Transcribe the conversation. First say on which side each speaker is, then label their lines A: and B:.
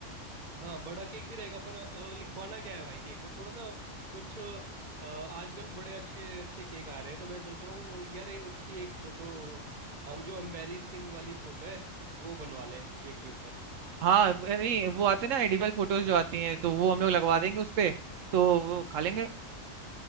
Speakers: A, on the right (about 40°); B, on the right (about 80°).
A: हाँ बड़ा केक भी रहेगा पर अ, लिखवाना क्या है भाई केक में थोड़ा ना कुछ अ, आजकल बड़े अच्छे अच्छे केक आ रहे हैं तो मैं सोच रहा हूँ यार ये उसकी एक फ़ोटो हम जो एम्बेरसिंग वाली फ़ोटो है वो बनवा लें केक के ऊपर
B: हाँ नहीं वो आते हैं ना एडिबल फोटोज जो आती हैं तो वो हम लोग लगवा देंगे उस पे तो वो खा लेंगे